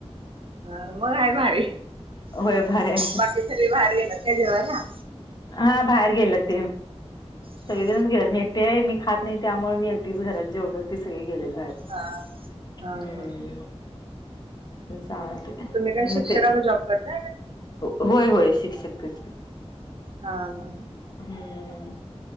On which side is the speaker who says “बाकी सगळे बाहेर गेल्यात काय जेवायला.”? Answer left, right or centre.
Right